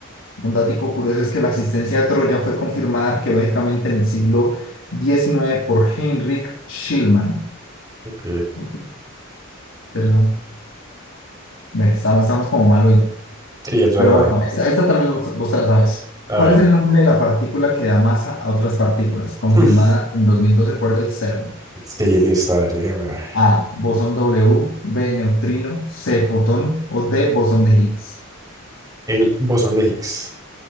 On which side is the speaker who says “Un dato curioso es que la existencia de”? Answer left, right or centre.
Left